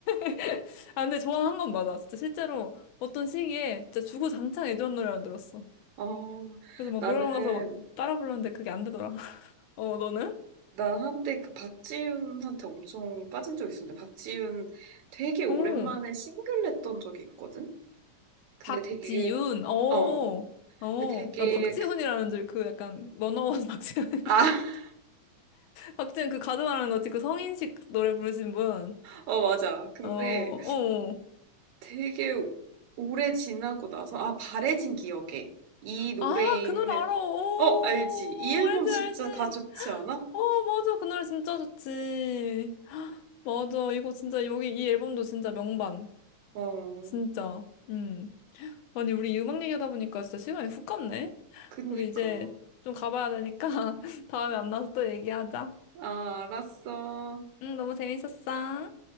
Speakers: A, on the left (about 70°); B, on the right (about 80°).
A: <laughs> 아, 근데 좋아한 건 맞아. 진짜 실제로 어떤 시기에 진짜 주구장창 애전 노래만 들었어.
B: 어,
A: 그래서 막
B: 나는,
A: 노래방 가서 막 따라 불렀는데 그게 안 되더라. <laughs> 어, 너는?
B: 나 한때 그 박지윤한테 엄청 빠진 적 있었는데, 박지윤 되게 오랜만에
A: 어,
B: 싱글 냈던 적이 있거든? 근데
A: 박지윤.
B: 되게
A: 어,
B: 어.
A: 어.
B: 근데 되게
A: 난 박지훈이라는
B: 그-
A: 줄 그 약간 워나원 <laughs> 박지훈.
B: 아, <laughs>
A: 박지훈 그 가수 말하는 거지. 그 성인식 노래 부르신 분.
B: 어 맞아. 근데
A: 어, 어.
B: 되게 오래 지나고 나서 아, 바래진 기억에 이 노래에
A: 아, 그
B: 있는
A: 노래 알아. 오,
B: 어, 알지. 이 앨범
A: 알지,
B: 진짜
A: 알지.
B: 다 좋지 않아?
A: 어, 맞아. 그 노래 진짜 좋지. <gasps> 맞아. 이거 진짜 여기 이 앨범도 진짜 명반.
B: 어.
A: 진짜. 음. 아니, 우리 음악 얘기하다 보니까 진짜 시간이 훅 갔네?
B: 그니까.
A: 우리 이제 좀 가봐야 되니까 <laughs> 다음에 만나서 또 얘기하자.
B: 아, 알았어.
A: 응, 너무 재밌었어.